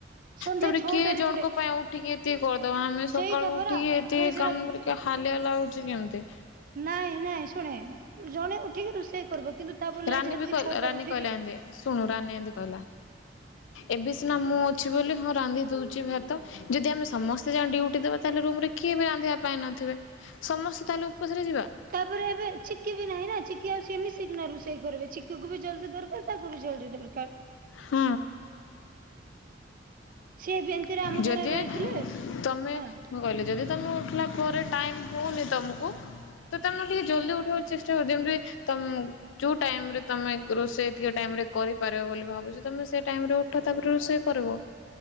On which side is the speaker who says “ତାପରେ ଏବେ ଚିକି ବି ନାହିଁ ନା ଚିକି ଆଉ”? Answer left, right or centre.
Right